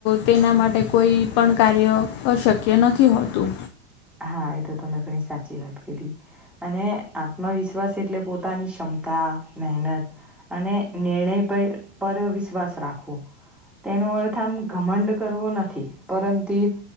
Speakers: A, on the left; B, in the centre.
A: તેના માટે કોઈ પણ કાર્ય અશક્ય નથી હોતું.
B: હા એ તો તમેં ઘણી સાચી વાત કીધી. અને આત્મવિશ્વાસ એટલે પોતાની ક્ષમતા મહેનત અને નિર્ણય પર પર વિશ્વાસ રાખવો. તેનો અર્થ આમ ઘમંડ કરવો નથી પરંતુ